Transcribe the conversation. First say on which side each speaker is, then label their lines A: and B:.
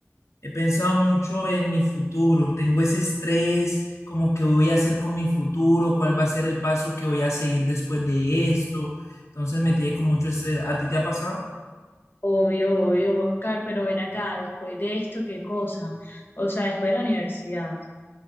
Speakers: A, on the left (about 70°); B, on the left (about 45°).
A: He pensado mucho en mi futuro. Tengo ese estrés, como que voy a hacer con mi futuro, cuál va a ser el paso que voy a seguir después de esto. Entonces me tiene con mucho estrés. ¿A ti te ha pasado?
B: Obvio, obvio, Oscar, pero ven acá, después de esto, ¿qué cosa? O sea, después de la universidad.